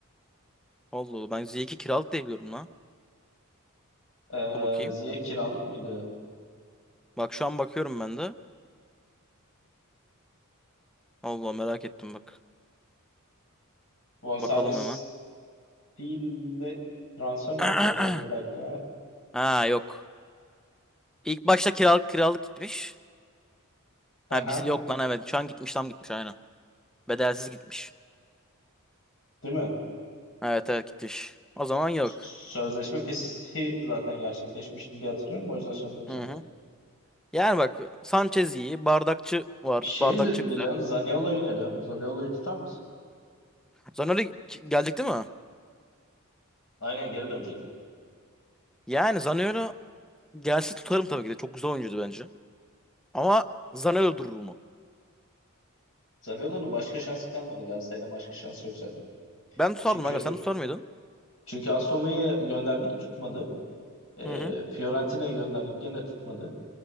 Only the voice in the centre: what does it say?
Allah Allah. Ben Ziyech'i kiralık diye biliyorum lan.
Dur bakayım.
Bak şu an bakıyorum ben de. Allah merak ettim bak.
Bakalım hemen.
<clears throat>
Ha yok. İlk başta kiralık kiralık gitmiş.
Ha biz yok lan evet. Şu an gitmiş tam gitmiş aynen. Bedelsiz gitmiş.
Evet evet gitmiş. O zaman yok.
Hı hı. Yani bak Sanchez iyi. Bardakçı var.
Bardakçı
güzel.
Zaniolo ki- gelecek değil mi?
Yani Zaniolo gelse tutarım tabii ki de. Çok güzel oyuncuydu bence. Ama Zaniolo durur mu?
Ben tutardım
aga. Sen tutar mıydın?
Hı hı.